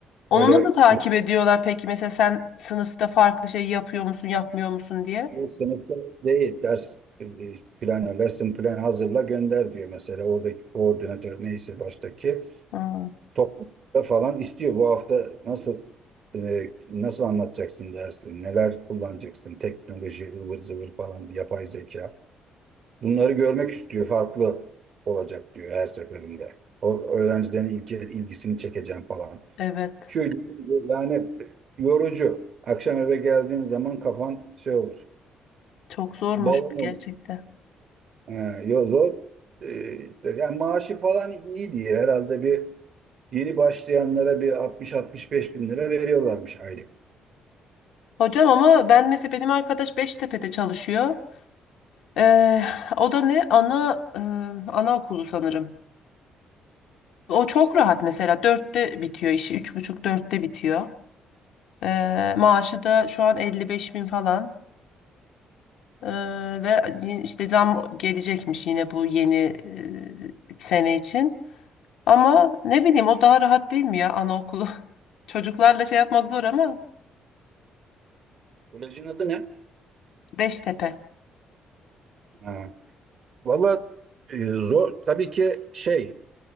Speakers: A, on the left; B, on the right.
A: Onu
B: Öyle
A: da takip ediyorlar peki mesela sen sınıfta farklı şey yapıyor musun yapmıyor musun diye.
B: klasik sınıfta değil ders e, planı, lesson plan hazırla gönder diyor mesela oradaki koordinatör neyse baştaki.
A: Hmm,
B: toplumda falan istiyor. Bu hafta nasıl e, nasıl anlatacaksın dersi, neler kullanacaksın, teknoloji, ıvır zıvır falan, yapay zeka. Bunları görmek istiyor, farklı olacak diyor her seferinde. O öğrencilerin ilgi, ilgisini çekeceğim falan.
A: evet
B: Şöyle yani yorucu. Akşam eve geldiğin zaman kafan şey olur.
A: çok zormuş
B: Balon
A: gerçekten.
B: olur. Ee, yo- zor. Ee, işte yani maaşı falan iyi diye herhalde bir Yeni başlayanlara bir 60-65 bin lira veriyorlarmış aylık.
A: Hocam ama ben mesela benim arkadaş Beştepe'de çalışıyor. Ee, o da ne? Ana e, anaokulu sanırım. O çok rahat mesela. Dörtte bitiyor işi. Üç buçuk dörtte bitiyor. Ee, maaşı da şu an elli beş bin falan. Ee, ve y- işte zam gelecekmiş yine bu yeni e, sene için. Ama ne bileyim o daha rahat değil mi ya anaokulu? <laughs> Çocuklarla şey yapmak zor ama
B: Kolejin adı ne?
A: Beştepe.
B: Ha. Valla e, zor. Tabii ki şey